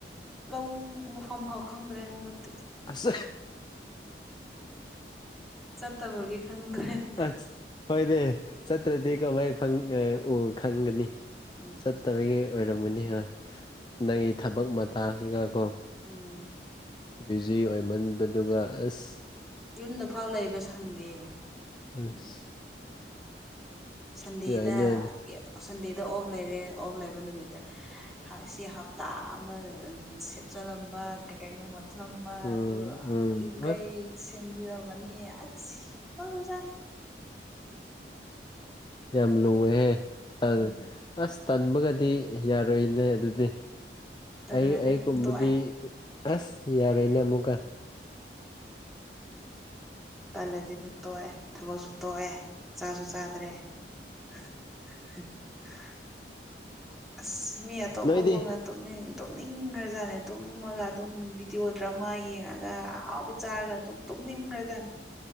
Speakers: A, in the centre; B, on the left.
A: ꯂꯧ ꯃꯐꯝ ꯐꯥꯎ ꯈꯪꯗ꯭ꯔꯦ ꯍꯟꯗꯛꯇꯤ
B: ꯑꯁ
A: ꯆꯠꯇꯕꯒꯤ ꯈꯪꯗ꯭ꯔꯦ
B: ꯑꯁ ꯍꯣꯏꯅꯦ ꯆꯠꯇ꯭ꯔꯗꯤ ꯀꯃꯥꯏ ꯐꯪ ꯑꯥ ꯎ ꯈꯪꯒꯅꯤ
A: ꯎꯝ
B: ꯆꯠꯇ꯭ꯔꯒꯤ ꯑꯣꯏꯔꯝꯒꯅꯤ ꯍꯥ ꯅꯪꯒꯤ ꯊꯕꯛ ꯃꯇꯥꯁꯤꯒ ꯀꯣ
A: ꯎꯝ
B: ꯕꯤꯖꯤ ꯑꯣꯏꯃꯟꯕꯗꯨꯒ ꯑꯁ
A: ꯌꯨꯝꯗꯐꯥꯎ ꯂꯩꯕ ꯁꯪꯗꯦ ꯑꯗꯒꯤ
B: ꯑꯁ
A: ꯁꯟꯗꯦꯗ
B: ꯌꯥꯏꯅꯦ ꯑꯗꯨ
A: ꯁꯟꯗꯦꯗ ꯑꯣꯞ ꯂꯩꯔꯦ ꯑꯣꯞ ꯂꯩꯕ ꯅꯨꯃꯤꯠꯇꯥ ꯍ ꯁꯤ ꯍꯞꯇꯥ ꯑꯃ ꯑ ꯁꯦꯠꯆꯜꯂꯝꯕ ꯀꯩ ꯀꯩꯅꯣ ꯃ‌ꯣꯠ <unintelligible> ꯂꯝꯕ
B: ꯎꯝ
A: ꯑꯗꯨ
B: ꯎꯝ
A: ꯌꯨꯝ ꯀꯩ
B: ꯑꯁ
A: ꯁꯦꯡꯕꯤꯔꯝꯃꯅꯤ ꯑꯠꯁ <unintelligible>
B: ꯌꯥꯝ ꯂꯨꯍꯦ <unintelligible>
A: ꯎꯝ
B: ꯑꯁ ꯇꯟꯕꯒꯗꯤ ꯌꯥꯔꯣꯏꯅꯦ ꯑꯗꯨꯗꯤ
A: ꯇꯜꯂꯗꯤ
B: ꯑꯩ ꯑꯩꯒꯨꯝꯕꯗꯤ
A: ꯑꯗꯨꯝ ꯇꯣꯛꯑꯦ
B: ꯑꯁ ꯌꯥꯔꯣꯏꯅꯦ ꯑꯃꯨꯛꯒ
A: ꯇꯜꯂꯗꯤ ꯗꯨꯝ ꯇꯣꯑꯦ ꯊꯕꯛꯁꯨ ꯇꯣꯑꯦ ꯆꯥꯁꯨ ꯆꯥꯗ꯭ꯔꯦ <unintelligible> ꯑꯁ ꯃꯤ ꯑꯇꯣꯄꯒꯨꯝꯅ
B: ꯅꯣꯏꯗꯤ
A: ꯇꯨꯝꯅꯤꯡ ꯇꯨꯝꯅꯤꯡꯈ꯭ꯔꯖꯥꯠꯅꯦ ꯇꯨꯝꯃꯒ ꯑꯗꯨꯝ ꯚꯤꯗꯤꯑꯣ ꯗ꯭ꯔꯃꯥ ꯌꯦꯡꯉꯒ ꯑꯍꯥꯎꯕ ꯆꯥꯔꯒ ꯗꯨꯝ ꯇꯨꯝꯅꯤꯡꯒ꯭ꯔꯖꯥꯠꯅ‌ꯦ